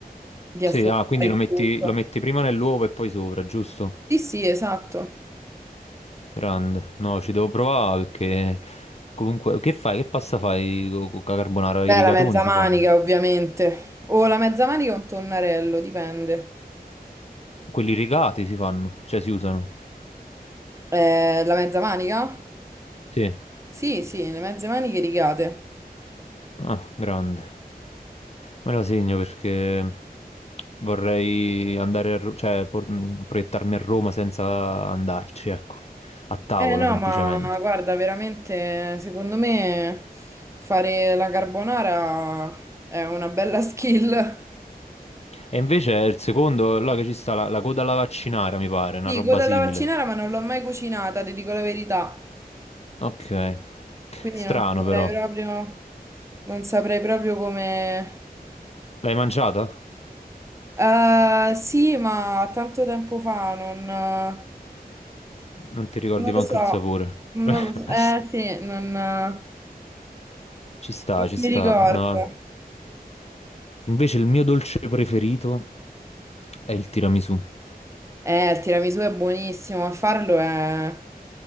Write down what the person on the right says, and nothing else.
di
assemblare
il
tutto.
Sì, sì, esatto.
Beh,
la mezza
manica,
ovviamente. O la mezza manica o un tonnarello, dipende.
Eh, la mezza manica?
Sì, sì, le mezze maniche rigate.
Eh no,
ma guarda, veramente, secondo me fare la carbonara è una bella <laughs> skill.
Sì,
della
vaccinara, ma non l'ho mai cucinata, ti dico la verità.
Quindi
non saprei
proprio, non saprei proprio come...
Eh, sì, ma tanto tempo fa non...
Non
lo so,
non
lo so. Eh sì, non, non
mi ricordo.
Eh, il tiramisù è buonissimo, ma farlo è,